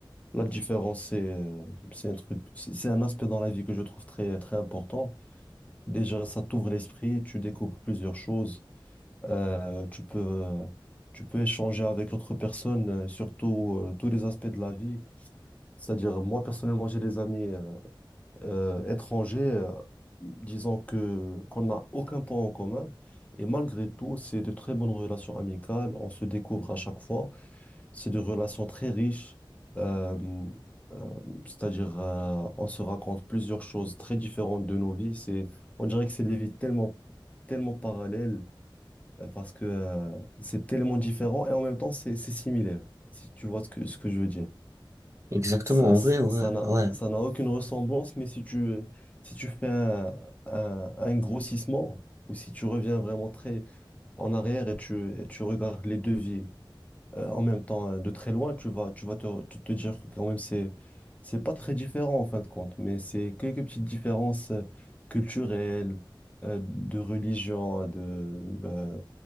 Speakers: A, on the left (about 15°); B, on the right (about 35°).
A: la différence c'est euh, c'est un truc c'est c'est un aspect dans la vie que je trouve très très important. Déjà, ça t'ouvre l'esprit, tu découvres plusieurs choses. Euh, tu peux euh, tu peux échanger avec l'autre personne euh, sur tout, euh, tous les aspects de la vie. C'est-à-dire, moi, personnellement, j'ai des amis euh, euh, étrangers, euh, disons que qu'on n'a aucun point en commun. Et malgré tout, c'est de très bonnes relations amicales. On se découvre à chaque fois. C'est des relations très riches. euh, euh, c'est-à-dire, euh, on se raconte plusieurs choses très différentes de nos vies. C'est, on dirait que c'est des vies tellement, tellement parallèles euh, parce que euh, c'est tellement différent et en même temps, c'est c'est similaire. Si tu vois ce que, ce que je veux dire.
B: exactement,
A: Ça, ça
B: en vrai, ouais,
A: n'a,
B: ouais.
A: ça n'a aucune ressemblance, mais si tu, si tu fais un, un, un grossissement, ou si tu reviens vraiment très en arrière et tu, et tu regardes les devis euh, en même temps euh, de très loin, tu vas, tu vas te, tu te dire que quand même c'est, c'est pas très différent en fin de compte, mais c'est quelques petites différences euh, culturelles, euh, de religion, de, bah,